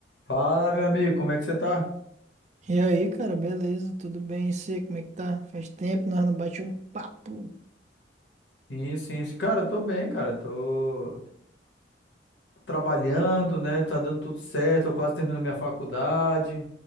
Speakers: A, on the left; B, on the right.
A: Fala, meu amigo, como é que você tá?
B: E aí, cara, beleza? Tudo bem? E você, como é que tá? Faz tempo, nós não bate um papo.
A: Sim, sim, sim. Cara, eu tô bem, cara. Tô trabalhando, né? Tá dando tudo certo. Tô quase terminando minha faculdade.